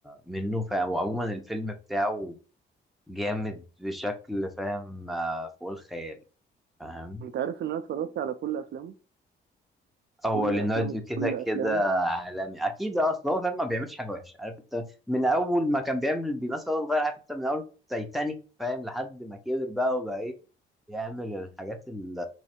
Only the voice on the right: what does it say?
انت عارف ان انا اتفرجت على كل افلامه
كل
افلامه
كل
افلامه